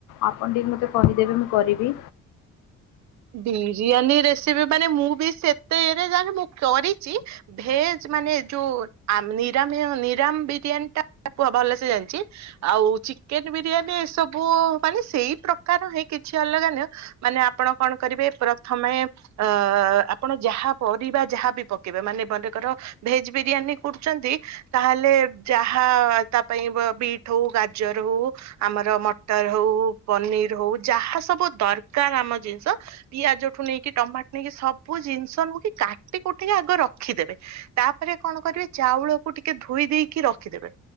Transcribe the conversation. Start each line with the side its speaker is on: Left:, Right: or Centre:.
Left: ଆପଣ ଟିକେ ମତେ କହିଦେବେ ମୁଁ କରିବି
Right: ବିରିୟାନୀ ରେସିପି ମାନେ ମୁଁ ବି ସେତେରେ ଜାଣ ମୁ କରିଛି ଭେଜ ମାନେ ଯୋଉ ଆମ ନିରା ନିରମ୍ ବିରିୟାନୀ ପୁ ଭଲ ସେ ଜାଣିି ଆଉ ଚିକେନ ବିରିୟାନୀ ଏସବୁ ସବୁ ମାନେ ସେଇ ପ୍ରକାର ହିଁ କିଛି ଅଲଗା ନଅ ମାନେ ଆପଣ କଣ କରିବେ ପ୍ରଥମେ ଅ ଆପଣ ଯାହା ପରିବା ଯାହାବି ପକେଇବେ। ମାନେ ମନେକର ଭେଜ ବିରିୟାନୀ କରୁଛନ୍ତି ତାହେଲେ ଯାହା ତା ପାଇଁ ବିଟ୍ ହଉ ଗାଜର ହଉ ଆମର ମଟର ହଉ ପନିର ହଉ ଯାହା ସବୁ ଦରକାର ଆମ ଜିନିଷ ପିଆଜଠୁ ନେଇକି ଟମାଟୋ ନେଇକି ସବୁ ଜିନିଷ କାଟି କୁଟିକି ଆଗ ରଖିଦେବେ। ତାପରେ କଣ କରିବେ ଚାଉଳକୁ ଟିକେ ଧୋଇ ଦେଇକି ରଖିଦେବେ।